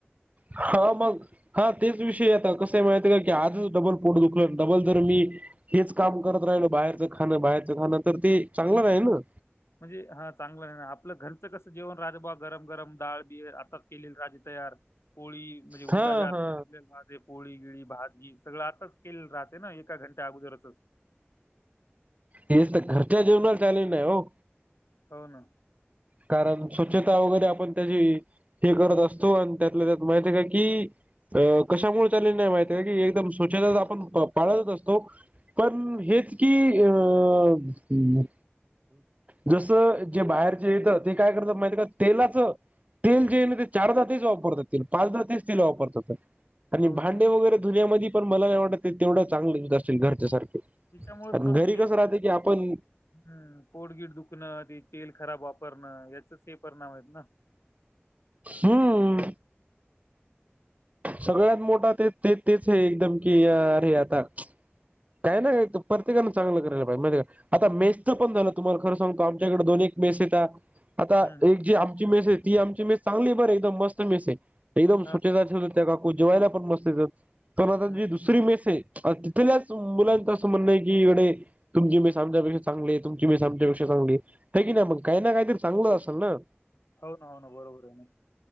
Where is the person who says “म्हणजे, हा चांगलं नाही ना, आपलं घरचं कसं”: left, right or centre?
Left